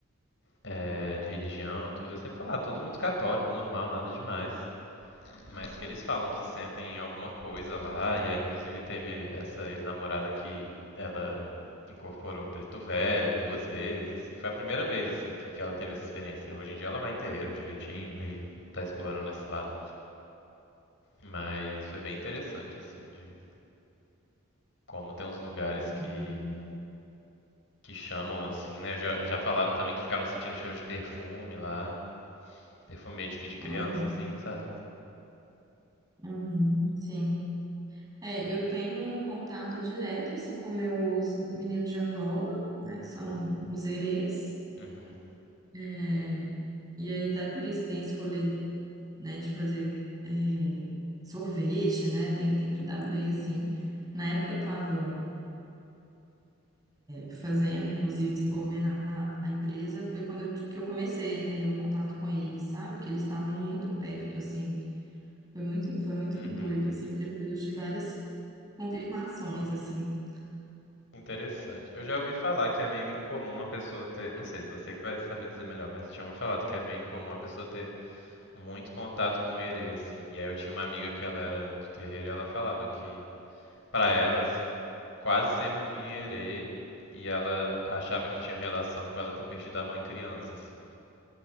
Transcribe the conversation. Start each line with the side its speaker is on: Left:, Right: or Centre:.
Left: é, de religião e tudo, eu sempre falo, ah, todo mundo católico, normal, nada demais. Mas que eles falam que sentem alguma coisa lá, e aí inclusive teve essa ex-namorada que ela incorporou preto velho duas vezes, e foi a primeira vez assim que, que ela teve essa experiência. Hoje em dia ela vai em terreiro direitinho e tá explorando esse lado, mas foi bem interessante assim de como tem uns lugares que
Right: uhum.
Left: que chamam assim, né? Já, já falaram também que ficaram sentindo cheiro de perfume lá, perfume meio de que de criança
Right: Olha,
Left: assim, sabe?
Right: uhum, sim. É, eu tenho um contato direto, assim, com meus meninos de Angola, né, que são os herês.
Left: Uhum,
Right: É, e aí, até por isso que tem esse rolê, né, de fazer é, sorvete, né? Tem, tem tudo a ver, assim. Na época eu estava fazendo, inclusive desenvolvendo a, a empresa, foi quando eu, que eu comecei a entender o contato com eles, sabe? Que eles estavam muito perto, assim. Foi muito, foi muito
Left: uhum.
Right: doido, assim, porque depois eu tive várias confirmações, assim.
Left: Interessante. Eu já ouvi falar que é meio incomum a pessoa ter. Não sei, você que vai saber dizer melhor, mas tinham me falado que é meio incomum a pessoa ter muito contato com herê, assim. E aí eu tinha uma amiga que ela era do terreiro e ela falava que, pra ela, assim, quase sempre vinha herê e ela achava que tinha relação com ela ter perdido a mãe criança, assim.